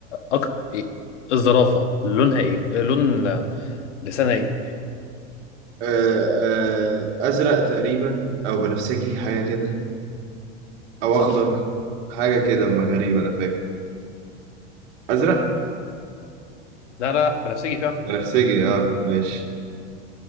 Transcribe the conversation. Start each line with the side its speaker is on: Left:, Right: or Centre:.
Left: أك... إيه؟ الزرافه لونها ايه لون لسانها ايه
Right: آه، آه، ازرق تقريبا او بنفسجي حاجه كده او
Left: صح
Right: اخضر حاجه كده ما غريبه انا فاكر ازرق
Left: لا لا بنفسجي فعلا
Right: بنفسجي اه ماشي